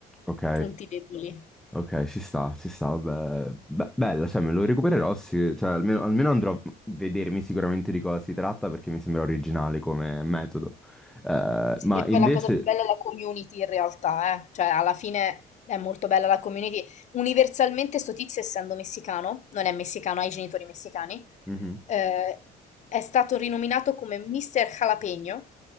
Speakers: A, in the centre; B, on the left.
A: Ok,
B: punti deboli.
A: ok, ci sta, ci sta, vabbè. Be- bella, cioè me lo recupererò, sì, cioè almeno, almeno andrò a vedermi sicuramente di cosa si tratta perché mi sembra originale come metodo. Eh,
B: Sì,
A: ma
B: e
A: invece...
B: poi la cosa più bella è la community in realtà, eh. Cioè, alla fine è molto bella la community. Universalmente sto tizio, essendo messicano, non è messicano, ha i genitori messicani,
A: Mhm.
B: eh, è stato rinominato come Mr. Jalapeno,